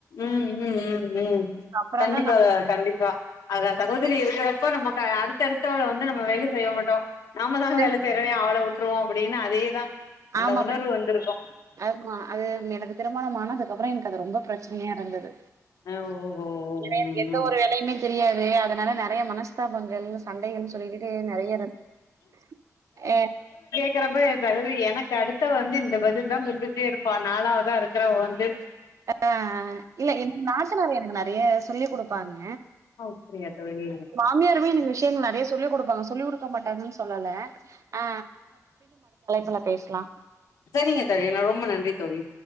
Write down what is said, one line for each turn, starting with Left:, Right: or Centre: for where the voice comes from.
Left: ம் ம் ம் ம்
Right: அப்புறம்
Left: கண்டிப்பாக
Right: தான் நான்
Left: கண்டிப்பா அதா சகோதரி இருக்குறப்ப நமக்கு அ அடுத்த அடுத்தவள வந்து நம்ம வேலை செய்ய மாட்டோ நாம தான
Right: வந்து
Left: வேல செய்றமே அவள விட்ருவோ அப்டினு அதேதா அந்த
Right: ஆமா
Left: உணர்வு
Right: கண்
Left: வந்திருக்கு
Right: ஆமா அது எனக்கு திருமணம் ஆனதுக்குக்கப்ற எனக்கு அது ரொம்ப பிரச்சனயா இருந்தது
Left: ஆ ஓஹோ
Right: ஏனா எனக்கு
Left: ம்
Right: எந்த ஒரு வேலயுமே தெரியாது அதனால நெறைய மனஸ்தாபங்கள் சண்டைகள்னு சொல்லிகிட்டு நெறைய இருந் <inaudible> ஆ
Left: க்கிறப்ப எ சகோதரி எனக்கு அடுத்தவ வந்து இந்த பதில் தா குடுத்துக்கிட்டே இருப்பா நாலாவதா இருக்கிறவ வந்து
Right: ஆ இல்ல எனக்கு நாத்தனார் எனக்கு நெறைய சொல்லிக் குடுப்பாங்க
Left: அப்டியா தோழி
Right: உண்மயாருமே எனக்கு விஷ்யங்கள் நெறைய சொல்லிக் குடுப்பாங்க சொல்லிக்குடுக்க மாட்டாங்கனு சொல்லல ஆ தலைப்புல பேசலா
Left: செரிங்க தோழி நா ரொம்ப நன்றி தோழி